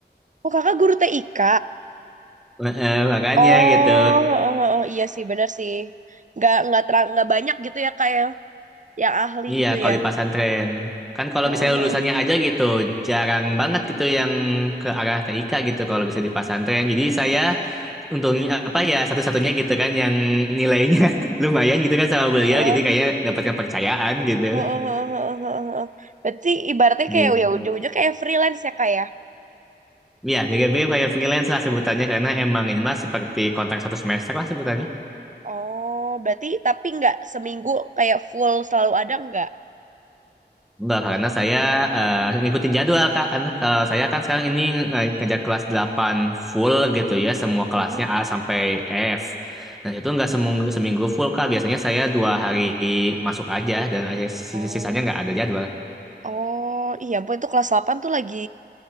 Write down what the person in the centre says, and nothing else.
Eh, eh, makanya
gitu.
Iya,
kalau
di pesantren. Kan kalau
misalnya lulusannya aja gitu, jarang banget gitu yang ke arah TIK gitu kalau bisa di pesantren. Jadi saya untungnya apa ya satu-satunya gitu kan yang nilainya <laughs> lumayan gitu kan sama beliau.
Jadi kayaknya dapat kepercayaan gitu.
Gitu.
Iya, mirip-mirip kayak freelance lah sebutannya karena emang ini mah seperti kontrak satu semester lah sebutannya.
Enggak, karena saya eh, ngikutin jadwal, Kak. Kan kalau saya kan sekarang ini eh, kerja kelas 8 full gitu ya, semua kelasnya
A sampai F. Dan itu nggak seminggu, seminggu full, Kak. Biasanya saya dua hari masuk aja, dan akhir- sis-
sisanya nggak ada jadwal.